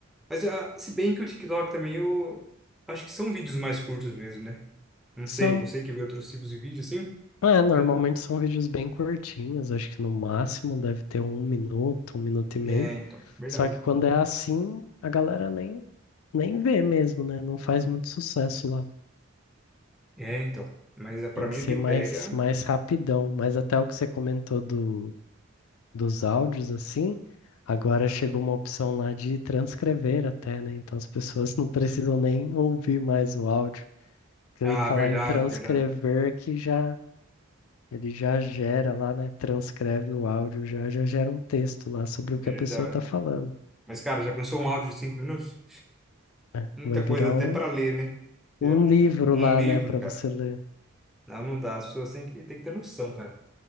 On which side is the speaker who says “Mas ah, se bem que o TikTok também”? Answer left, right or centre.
Centre